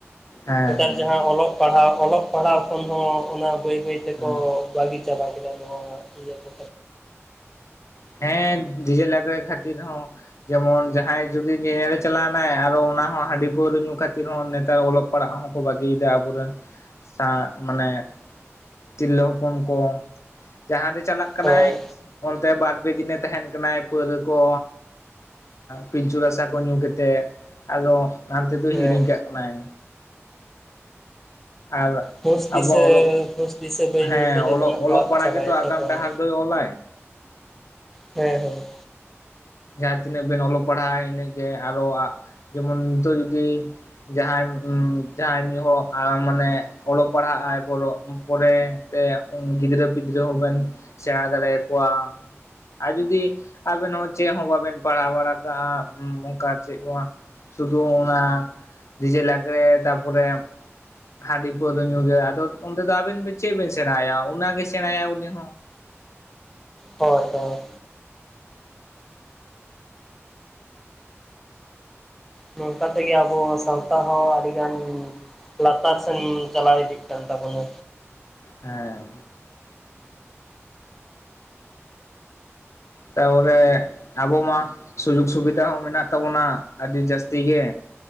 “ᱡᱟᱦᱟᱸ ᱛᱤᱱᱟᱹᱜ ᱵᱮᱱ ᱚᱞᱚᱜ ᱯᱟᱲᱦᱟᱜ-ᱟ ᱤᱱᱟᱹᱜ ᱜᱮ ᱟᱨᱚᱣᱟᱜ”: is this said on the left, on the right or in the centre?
Left